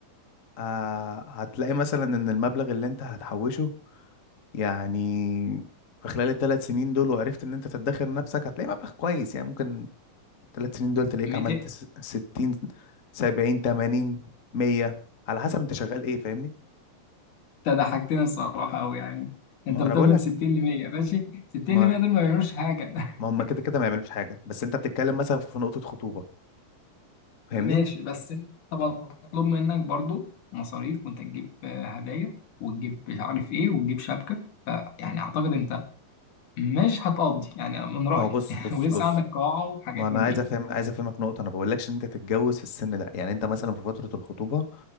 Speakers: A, on the left (about 40°); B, on the left (about 65°).
A: آه، هتلاقي مثلا ان المبلغ اللي انت هتحوشه يعني في خلال الثلاث سنين دول وعرفت ان انت تدخر نفسك هتلاقي مبلغ كويس يعني ممكن الثلاث سنين دول تلاقيك
B: 200
A: عملت س- ستين سبعين تمانين مية على حسب انت شغال ايه فاهمني
B: انت ضحكتني الصراحه قوي يعني انت
A: ما هو
B: بتقول
A: انا بقول
B: من
A: لك
B: 60 ل 100 ماشي 60
A: ما
B: ل 100 دول ما بيعملوش حاجه <laughs>
A: ما هم كده كده ما يعملوش حاجة بس انت بتتكلم مثلا في نقطة خطوبة فاهمني
B: ماشي بس انت مطلوب منك برضو مصاريف وانت تجيب آه، هدايا وتجيب مش عارف ايه وتجيب شبكة فيعني اعتقد انت مش هتقضي يعني من رأيي
A: ما هو بص
B: <laughs>
A: بص
B: ولسه
A: بص
B: عندك قاعة وحاجات
A: ما انا
B: من
A: عايز
B: دي
A: افهم عايز افهمك نقطه انا بقولكش ان انت تتجوز في السن ده يعني انت مثلا في فتره الخطوبه